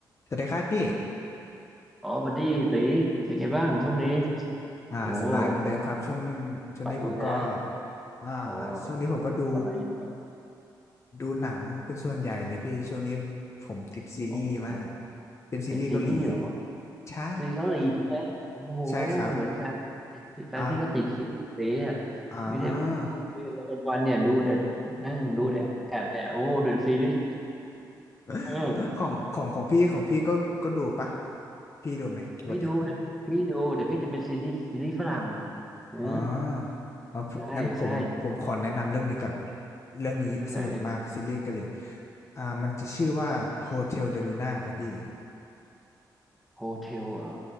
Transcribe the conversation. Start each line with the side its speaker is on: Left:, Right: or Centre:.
Left: สวัสดีครับพี่
Centre: อ๋อบัดดี้ตีเป็นไงบ้างช่วงนี้
Left: อ่าสบายเหมือนเดิมครับช่วง
Centre: โอ้ส
Left: ช่วงนี้ผมก็
Centre: บายดีนะ
Left: อ่า
Centre: อ๋อทำอะไรอยู่อะ
Left: ช่วงนี้ผมก็ดูดูหนังเป็นส่วนใหญ่เลยพี่ช่วงนี้ผมติดซีรีส์มาก
Centre: อ๋อ
Left: เป็นซีรีส์เกาหลี
Centre: ติดซีรีส์เหรอ
Left: ใช่
Centre: ซีรีส์เกาหลีใช่ไหมโอ้โห
Left: ใช่ครับ
Centre: เหมือนแฟนพี่แฟนพี่ก็ติดซีรีส์เต๋อะ
Left: อ่ะอ่า
Centre: ไม่ได้พูดคุยอะไรกันวันเนี่ยดูแต่นั่งดูแต่แอดเนี่ยโอ้ดูแต่ซีรีส์
Left: <laughs>
Centre: เออ
Left: ของของของพี่ของพี่ก็ก็ดูปะพี่ดูไหมปกติ
Centre: พี่ดูแต่พี่ดูแต่พี่จะเป็นซีรีส์ซีรีส์ฝรั่งเออ
Left: อ๋อเอางั้นผมผมขอแนะนำเรื่องนี้ก่อน
Centre: ใช่ใช่
Left: เรื่องนี้สนุกมากซีรีส์เกาหลี
Centre: เรื่องไหนเรื่อง
Left: อ่ามันจะชื่อว่า Hotel de Luna ครับพี่
Centre: โฮเทลเหรอ